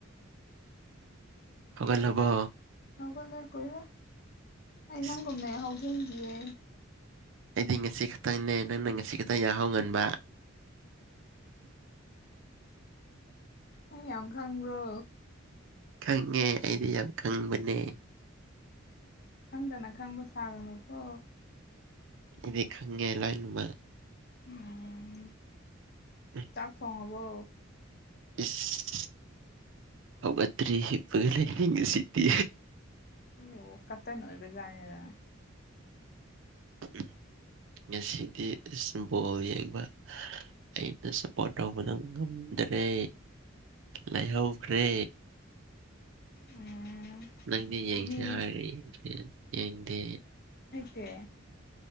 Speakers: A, on the right; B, on the left.
A: ꯈꯒꯕꯣ
B: ꯍꯧꯒꯂꯦ ꯀꯨꯏꯔꯦ ꯑꯩ
A: ꯏꯁ
B: ꯅꯪꯒꯨꯝꯃꯦ ꯍꯧꯈꯤꯦꯡꯒꯤꯌꯦ
A: ꯑꯩꯗꯤ ꯉꯁꯤ ꯈꯛꯇꯪꯅꯦ ꯅꯪꯅ ꯉꯁꯤ ꯈꯛꯇꯪ ꯌꯥꯍꯧ ꯉꯟꯕ
B: ꯑꯩ ꯌꯥꯝ ꯈꯪꯕ꯭ꯔꯣ
A: ꯈꯪꯉꯦ ꯑꯩꯗꯤ ꯌꯥꯝ ꯈꯪꯕꯅꯦ
B: ꯈꯪꯗꯅ ꯈꯪꯕ ꯁꯥꯒꯅꯨꯀꯣ
A: ꯗꯤ ꯈꯪꯒꯦ ꯂꯥꯏꯟ ꯑꯃ
B: ꯎꯝ
A: ꯎꯝ
B: ꯆꯥꯛ ꯐꯉꯕꯣ
A: ꯏꯁ ꯍꯧꯒꯠꯇꯔꯤ ꯀꯦꯂ ꯍꯉ ꯁꯤꯠꯇꯦ
B: ꯑꯣ ꯀꯇꯟ ꯑꯣꯏꯕꯖꯥꯅꯤꯗ
A: ꯎꯝ ꯉꯁꯤꯗꯤ ꯕꯣꯜ ꯌꯦꯡꯕ ꯑꯩꯅ ꯁꯞꯄꯣꯔꯠ ꯇꯧꯕꯗ ꯉꯝꯃꯤ ꯗ꯭ꯔꯦ ꯂꯩꯥꯏꯍꯧꯈ꯭ꯔꯦ
B: ꯎꯝ
A: ꯅꯪꯗꯤ ꯌꯦꯡꯁꯦ
B: ꯃꯤ
A: ꯍꯥꯏꯔꯦ ꯌꯦꯡꯁꯦ ꯌꯦꯡꯗꯦ
B: ꯁꯦ